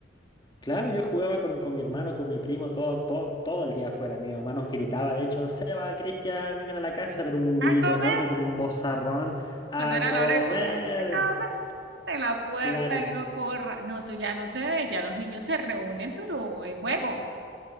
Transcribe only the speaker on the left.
claro, yo jugaba con, con mi hermano, con mi primo, todo, todo, todo el día afuera. Mi mamá nos gritaba, de hecho, Seba, Cristian, vengan a la casa, pero un grito
enorme con un bozarrón, a
comer.
Claro, y-